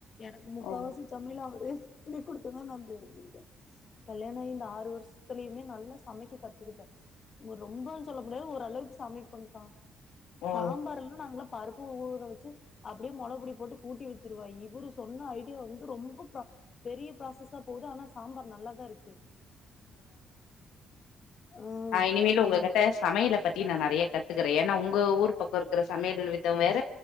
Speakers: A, on the left; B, on the left.
A: எனக்கு முக்காவாசி
B: ஓ
A: சமிலா அவரு சொல்லி குடுத்துதா நா தெரிஞ்சுக்கிட்டே கல்யாண ஆயி இந்த ஆறு வருஷத்துலயுமே நல்லா சமைக்க கத்துக்கிட்டே ஒ ரொம்பு சொல்ல முடியாது ஓரளவுக்கு சமைப்பேன்கா
B: ஓ
A: சாம்பார் எல்லா நாங்களா பருப்பு ஊர வச்சு அப்டியே மொளகுபொடி போட்டு கூட்டி வச்சருவா இவரு சொன்ன ஐடியா வந்து ரொம்ப கா பெரிய ப்ராசஸா போகுது ஆனா சாம்பார் நல்லாதா இருக்கு ஆ
B: நா இனி மேலுங்க
A: அந்த
B: உங்க
A: மாரி
B: கிட்ட சமையலை பத்தி நா நறைய கத்துக்கறே ஏன்னா உங்க ஊர் பக்கோ இருக்குற சமையல் வித்தோ வேற